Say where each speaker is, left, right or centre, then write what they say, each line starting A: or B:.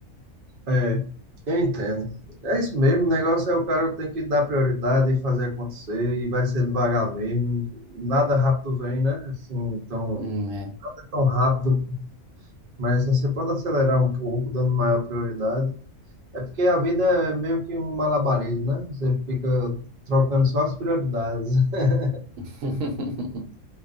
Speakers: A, on the right; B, on the right.
A: É, eu entendo. É isso mesmo, o negócio é o cara tem que dar prioridade e fazer acontecer, e vai ser devagar mesmo. e Nada rápido vem, né? Assim, tão,
B: Hum,
A: não
B: é.
A: é tão rápido, mas você pode acelerar um pouco, dando maior prioridade. É porque a vida é meio que um malabarismo, né? Você fica trocando só as prioridades. <laughs>
B: <laughs>